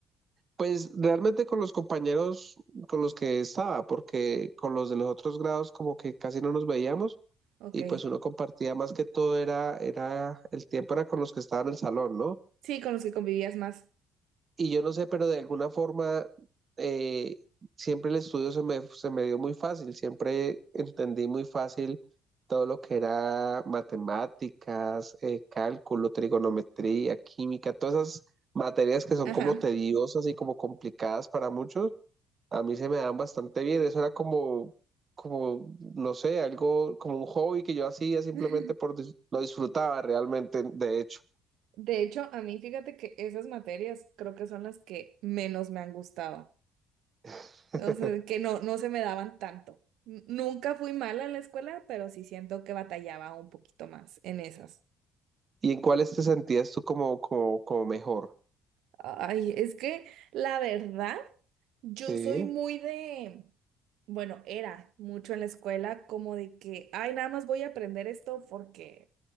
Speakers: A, on the right (about 40°); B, on the right (about 80°).
A: Pues realmente con los compañeros con los que estaba, porque con los de los otros grados como que casi no nos veíamos
B: Ok.
A: y pues uno compartía más que todo era, era, el tiempo era con los que estaban en el salón, ¿no?
B: Sí, con los que convivías más.
A: y yo no sé, pero de alguna forma eh, siempre el estudio se me, se me dio muy fácil, siempre entendí muy fácil todo lo que era matemáticas, eh, cálculo, trigonometría, química, todas esas materias que son
B: Ajá.
A: como tediosas y como complicadas para muchos, a mí se me dan bastante bien. Eso era como, como, no sé, algo como un hobby que yo hacía simplemente
B: <laughs>
A: por dis- lo disfrutaba realmente, de hecho.
B: De hecho, a mí fíjate que esas materias creo que son las que menos me han gustado.
A: <laughs>
B: O sea, que no, no se me daban tanto. N- Nunca fui mala en la escuela, pero sí siento que batallaba un poquito más en esas.
A: ¿Y en cuáles te sentías tú como, como, como mejor?
B: Ay, es que la verdad, yo
A: Sí,
B: soy muy de, bueno, era mucho en la escuela como de que, ay, nada más voy a aprender esto porque